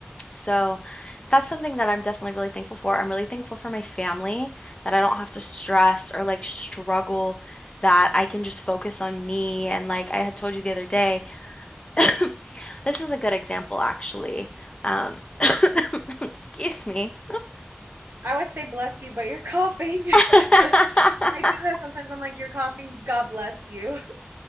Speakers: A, on the left; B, on the right.
A: so that's something that I'm definitely really thankful for. I'm really thankful for my family that I don't have to stress or like struggle, that I can just focus on me. And like I had told you the other day, <coughs> <laughs> this is a good example actually. Um, <coughs> <laughs> excuse me.
B: I would say bless you, but you're coughing. <laughs>
A: <laughs>
B: I do that sometimes. I'm like, you're coughing. God bless you. <laughs>